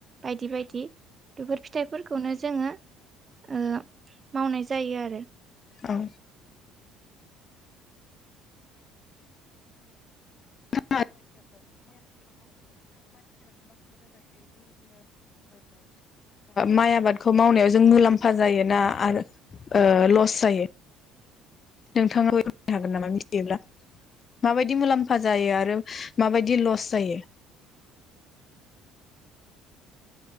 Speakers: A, on the right (about 35°); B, on the left (about 40°).
A: बायदि बायदि बेफोर फिथाइफोरखौनो जोङो ओ मावनाय जायो आरो
B: औ <inaudible> <inaudible> ओ माइ आबादखौ मावनायाव जों मुलाम्फा जायोना आरो ओ लस जायो नोंथाङाबो बेखौ हागोन नामा मिथियोब्ला माबायदि मुलाम्फा जायो आरो माबायदि लस जायो